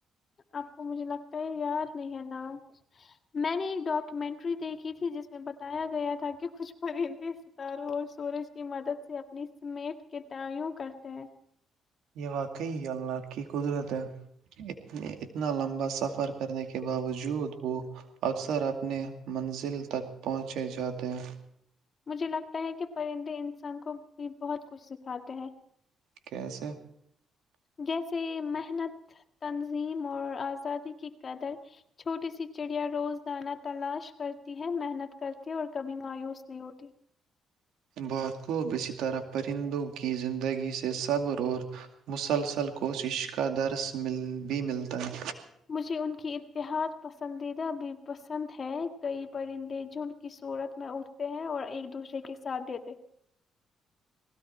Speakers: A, on the left; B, on the right.
A: آپ کو مجھے لگتا ہے یاد نہیں ہے نام میں نے ایک ڈاکومینٹری دیکھی تھی جس میں بتایا گیا تھا کہ کچھ پرندے ستاروں اور سورج کی مدد سے اپنی سمیٹ کے تعوں کرتے ہیں
B: یہ واقعی اللہ کی قدرت ہے اتنا لمبا سفر کرنے کے باوجود وہ اکثر اپنی منزل تک پہنچے جاتے ہیں
A: مجھے لگتا ہے کہ پرندے انسان کو بھی بہت کچھ سکھاتے ہیں
B: کی سا
A: جیسے محنت تنظیم اور آزادی کی قدر چھوٹی سی چڑیا روزدانہ تلاش کرتی ہے محنت کرتی اور کبھی مایوس نہیں ہوتی
B: بات کوب اسی طرح پرندوں کی زندگی سے صبر اور مسلسل کوشش کا درس بھی ملتا ہے
A: مجھے ان کی اتحاد پسندید بھی پسند ہے کئی پرندے جھنڈ کی صورت میں اٹھتے ہیں اور ایک دوسرے کے ساتھ دیتے